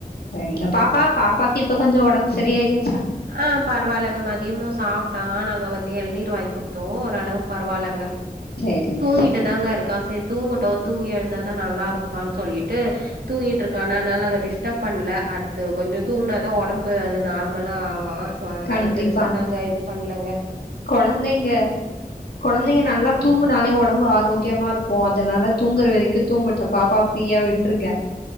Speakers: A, on the left; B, on the right.
A: சரிங்க பாப்பா பாப்பாக்கு இப்ப கொஞ்ச ஓடம்பு சரியகி
B: ஆஹ் பரவாயில்லைங்க மதியமும் சாப்பிட்டான் நாங்க வந்து இளநீர் வாங்கி கொடுத்து தோ ஓரளவு பரவாயில்ல
A: சரிங்க
B: தூங்கிட்டு
A: சரிங்க
B: தாங்க இருக்கான் செரி தூங்கட்டும் தூங்கி எழுந்தா தான் நல்லாிருப்பான்னு சொல்லிட்டு தூங்கிட்டுருக்காங்கன அதனால் நாங்கள் டிஸ்டப் பண்ணல அடுத்து கொஞ்சம் தூங்கினா தான் உடம்பு அது நார்மலாக ஆவான் ட சோ அதனால
A: கண்டிப்பா
B: பெருசா நாங்க இது பண்ணலங்க
A: கொழந்தைங்க கொழந்தைங்க நல்லா தூங்குனாலே உடம்ப ரொம்ப ஆரோக்கியமா இருக்கும் அதனால தூங்குற வரைக்கும் தூங்கட்டும் பாப்பா ஃப்ரீயா விட்டுருங்க